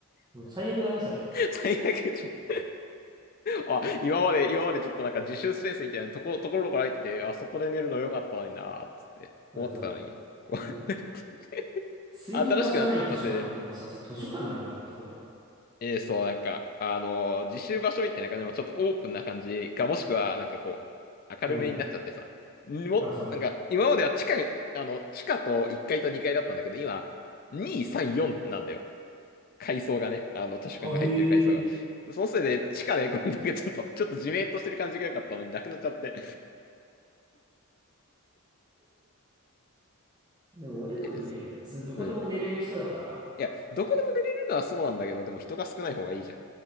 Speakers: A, on the right; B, on the left.
A: もう最悪だね、それ。
B: 最悪、ちょっと、あ、今まで、今までちょっとなんか自習スペースみたいなとこ、ところから入ってて、あそこで寝るの良かったのになーっつって思ってたのに、
A: だからそ
B: こう、
A: う。もう、
B: <laughs>
A: 睡眠場所ない図書館ってもうさ、
B: 新しくなっちゃったせいで、
A: それ図書館なのかって思うよな。
B: えー、そう、なんか、あのー自習場所みたいな感じもちょっとオープンな感じか、もしくは、なんかこう、明るめになっちゃってさ、
A: うん。
B: も、
A: あ、そうね。
B: なんか、今までは地下、あの、地下と1階と2階だったんだけど、今、2、3、4なんだよ。階層がね、あの、図書館が入ってる階層が。
A: あ、へえ。
B: そのせいで、地下で、こうなんかちょっと、ちょっとじめっとしてる感じが良かったのになくなっちゃって。
A: でも俺多分ね、
B: え、そう。
A: それどこでも寝れる人だから、
B: うん。いや、どこでも寝れるのはそうなんだけど、でも人が少ない方がいいじゃん。